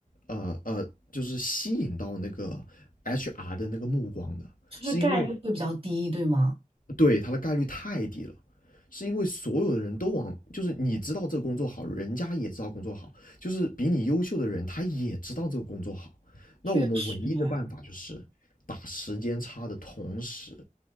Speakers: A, on the left (about 80°); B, on the right (about 40°).
A: 呃呃就是吸引到那个 HR 的那个目光的，
B: 就是概率会比较低，
A: 是因为
B: 对吗？
A: 对他的概率太低了。是因为所有的人都往，就是你知道这个工作好，人家也知道工作好，就是比你优秀的人他也知道这个工作好。那我们唯一的办法就是打时间差的同时，
B: 确实哎，